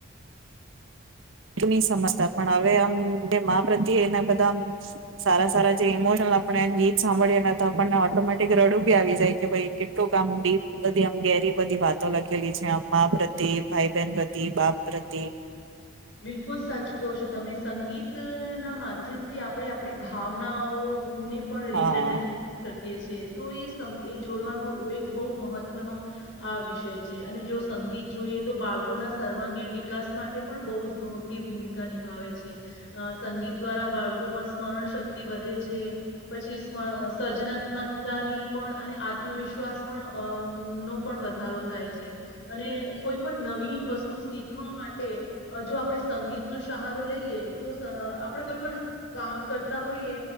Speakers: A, on the right; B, on the left.
A: જૂની સમસ્યા પણ હવે અમ જે માં પ્રત્યે એના બધા સારા સારા જે ઈમોશનલ આપણે ગીત સાંભળીને તો આપણને ઓટોમેટિક રડું બી આવી જાય કે ભાઈ કેટલુંક આમ ડીપ બધી આમ ગેરી બધી વાતો લખેલી છે આમ મા પ્રતિ, ભાઈ બહેન પ્ર તી, બાપ પ્રતિ
B: બિલકુલ સાચું કહો છો તમે, સંગીતના માધ્યમથી આપણે આપણી ભાવનાઓને પણ
A: હા.
B: રિપ્રેઝન્ટ કરી શકીએ છે. તો એ સમ એ જોડવાનો એક બહુ મહત્વનો આ વિષય છે અને જો સંગીત જોઈએ તો બાળકોના સર્વાંગીણ વિકાસ માટે પણ બહુ મોટી ભૂમિકા નિભાવે છે, અ સંગીત દ્વારા બાળકોમાં સ્મરણ શક્તિ વધે છે પછી સમ સર્જનાત્મકતાની પણ અને આત્મવિશ્વાસ પણ અ નો પણ વધારો થાય છે અને કોઈ પણ નવીન વસ્તુ શીખવા માટે અ જો આપણે સંગીતનો સહારો લઈએ, તો આપણે કોઈ પણ કામ કરતા હોઈએ